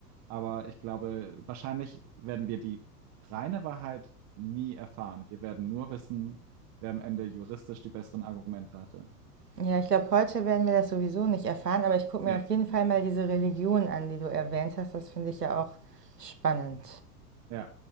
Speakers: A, on the right; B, on the right.
A: Aber ich glaube, wahrscheinlich werden wir die reine Wahrheit nie erfahren. Wir werden nur wissen, wer am Ende juristisch die besseren Argumente hatte.
B: Ja, ich glaube, heute werden wir das sowieso nicht erfahren, aber ich gucke mir
A: Nee.
B: auf jeden Fall mal diese Religion an, die du erwähnt hast. Das finde ich ja auch spannend.
A: Ja.